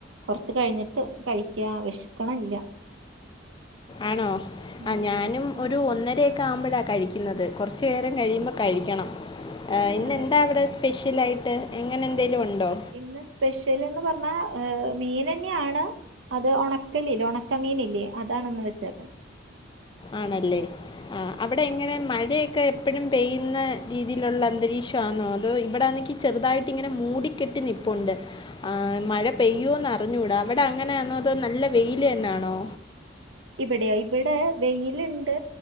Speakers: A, on the right; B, on the left.
A: കൊറച്ച് കഴിഞ്ഞിട്ട് കഴിക്കാ വെഷക്കണില്ല
B: ആണോ
A: ഉം
B: ആഹ് ഞാനും ഒരു ഒന്നരയൊക്കെ ആവുമ്പോഴാണ് കഴിക്കുന്നത് കൊറച്ചു നേരം കഴിയുമ്പോ കഴിക്കണം. ഏഹ് ഇന്നെന്താ
A: അതെ
B: അവിടെ സ്പെഷ്യൽ ആയിട്ട് അങ്ങനെ എന്തേലും ഉണ്ടോ
A: ഇന്ന് സ്പെഷ്യൽ എന്ന് പറഞ്ഞാ മീൻ തന്നെയാണ് അത് ഉണക്കലില്ലെ ഉണക്കമീനില്ലേ അതാണ്‌ ഇന്ന് വെച്ചേക്ക്ണ്
B: ആണല്ലെ ആഹ് അപ്പൊ ഇവിടെ എങ്ങനെ മഴയൊക്കെ എപ്പഴും പെയ്യുന്ന രീതിയിലുള്ള അന്തരീക്ഷമാണോ അതോ ഇവിടെ വന്നിക്കി ചെറുതായിട്ട് ഇങ്ങനെ മൂടിക്കെട്ടി നിപ്പുണ്ട് ആഹ് മഴ പെയ്യോന്ന് അറിഞ്ഞൂട അവിടെ അങ്ങനെയാണോ അതോ നല്ല വെയിൽ തന്നൊയാണോ
A: ഇവിടെയോ ഇവിടെ വെയിലുണ്ട്